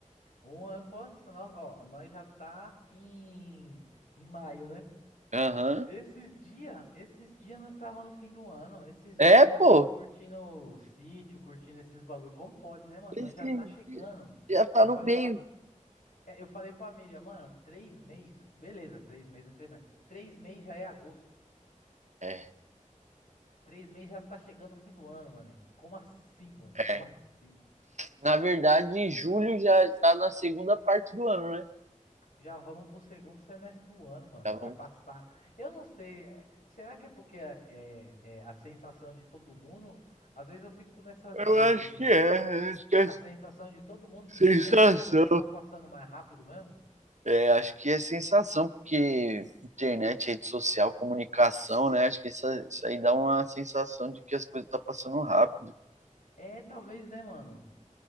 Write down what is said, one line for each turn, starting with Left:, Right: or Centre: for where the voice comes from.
Left: Um ano, posso. Nossa, ó, nós já tá em, em maio, né?
Right: Aham.
Left: Esses dias, esses dias nós estava no fim do ano. Esses
Right: É,
Left: dias a gente
Right: pô.
Left: tava curtindo o sítio, curtindo esses bagulho. Como pode, né, mano?
Right: Esse
Left: Nós já tá chegando.
Right: já tá
Left: Eu
Right: no
Left: falei
Right: meio.
Left: pra, é, eu falei pra Miriam, mano, três meses, beleza, três meses é três meses. Três meses já é agosto.
Right: É,
Left: Três meses já tá chegando o fim do ano, mano. Como assim, mano? Como
Right: é.
Left: assim?
Right: Na verdade, em julho já está na segunda parte do ano, né?
Left: Já vamos pro segundo semestre do ano, mano.
Right: Já vamos-
Left: Vai passar. Eu não sei. é, Será que é porque é, é a sensação de todo mundo? Às vezes eu fico nessas
Right: Eu
Left: brisas
Right: acho
Left: assim.
Right: que é, acho que é
Left: A sensação de todo mundo,
Right: sensação.
Left: porque tá- é, as coisas estão passando mais rápido mesmo?
Right: É, acho que é sensação, porque internet, rede social, comunicação, né? Acho que isso, isso aí dá uma sensação de que as coisas estão passando rápido.
Left: É, talvez, né, mano?